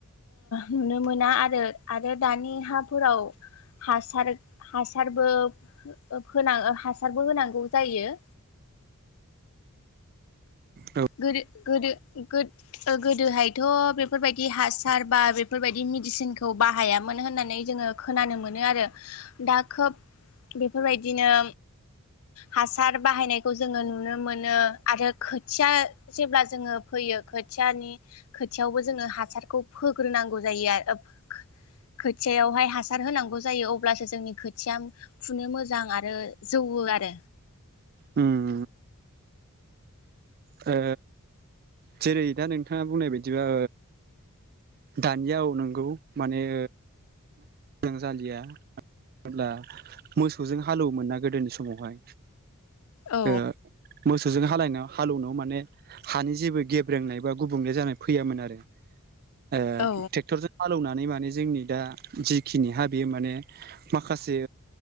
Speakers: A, on the left; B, on the right.
A: नुनो मोना आरो आरो दानि हाफोराव हासार हासारबो होना हासारबो होनांगौ जायो
B: औ
A: गोदो-गोदो-गोद-गोदोहाय थ' बेफोरबायदि हासार बा बेफोरबायदि मेडिसिनखौ बाहायामोन होननानै जोङो खोनानो मोनो आरो दा खोब बेफोरबायदिनो हासार बाहायनायखौ जोङो नुनो मोनो आरो खोथिया जेब्ला जोङो फैयो खोथियानि खोथियावबो जोङो हासारखौ फोग्रोनांगौ जायो आरो खोथियावहाय हासार होनांगौ जायो अब्लासो जोंनि खोथिया फुनो मोजां आरो जौवो आरो
B: ओम ओ जेरै दा नोंथाङा बुंनाय बायदिबा दानिया नोंगौ माने मोजां जालिया जब्ला मोसौजों हालौवोमोन नना गोदोनि समावहाय
A: औ
B: ओ मोसौजों हालायनायाव हालौवनाय माने हानि जेबो गेब्रेंनाय बा गुबुंले जानाय फैयामोन आरो ट्रेक्टरजों
A: औ
B: हालौवनानै माने जोंनि दा जिखिनि हा बेयो माने माखासे